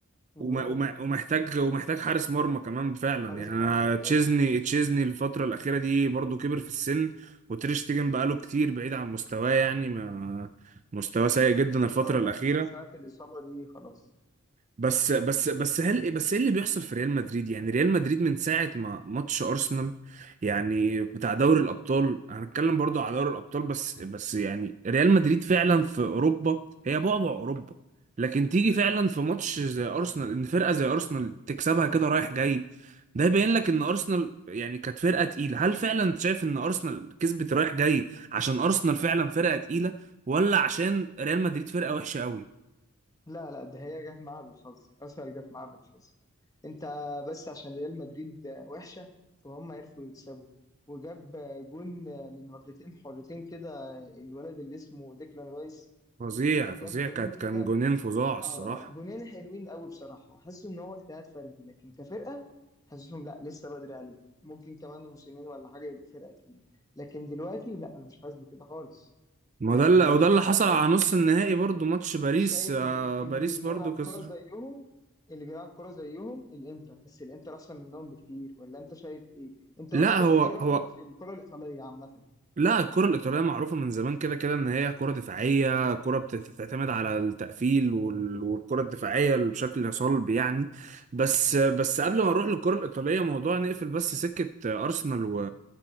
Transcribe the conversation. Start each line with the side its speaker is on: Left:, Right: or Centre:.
Left: وجون
Right: وم- وم- ومحتاج ومحتاج حارس مرمى كمان فعلا
Left: حارس
Right: يعني انا
Left: مرمى
Right: تشيزني
Left: لازم
Right: تشيزني الفتره الاخيره دي برضو كبر في السن وتريش تيجن بقاله كتير بعيد عن مستواه يعني ما مستواه سيء جدا
Left: من الإصابة
Right: الفتره الاخيره
Left: من ساعة الإصابة دي خلاص
Right: بس بس بس هل بس ايه اللي بيحصل في ريال مدريد يعني ريال مدريد من ساعه ما ماتش ارسنال يعني بتاع دوري الابطال هنتكلم برضو على دوري الابطال بس بس يعني ريال مدريد فعلا في اوروبا هي بعبع اوروبا لكن تيجي فعلا في ماتش زي ارسنال ان فرقه زي ارسنال تكسبها كده رايح جاي ده يبين لك ان ارسنال يعني كانت فرقه تقيله هل فعلا شايف ان ارسنال كسبت رايح جاي عشان ارسنال فعلا فرقه تقيله ولا عشان ريال مدريد فرقه وحشه قوي
Left: لا لا ده هي جت معاها بالحظ أسهل جت معاها بالحظ أنت بس عشان ريال مدريد وحشة فهم عرفوا يكسبوا وجاب جون من ركلتين حرتين كده الولد اللي اسمه ديكلان رايس
Right: فظيع فظيع
Left: جاب جونين
Right: كانت
Left: كده
Right: كان جونين فظاع الصراحة
Left: اه جونين حلوين قوي بصراحة وحاسس ان هو اجتهاد فردي لكن كفرقة حاسسهم لا لسه بدري عليهم ممكن كمان موسمين ولا حاجة يبقوا فرقة تقيلة لكن دلوقتي لا انا مش حاسس بكده خالص
Right: ما
Left: يعني
Right: ده اللي وده
Left: بصراحة
Right: اللي حصل على نص النهائي برضو ماتش باريس
Left: شايف
Right: آه،
Left: ال-
Right: باريس
Left: اللي بيلعب
Right: برضو كسر
Left: كرة زيهم اللي بيلعب كرة زيهم الانتر بس الانتر احسن منهم بكتير ولا انت شايف ايه انت
Right: لا
Left: اصلا
Right: هو
Left: ايه رأيك
Right: هو
Left: في الكرة الإيطالية عامة
Right: لا الكرة الإيطالية معروفة من زمان كده كده إن هي كرة دفاعية كرة بتت- بتعتمد على التقفيل وال- والكرة الدفاعية اللي بشكل صلب يعني بس بس قبل ما نروح للكرة الإيطالية موضوع نقفل بس سكة أرسنال و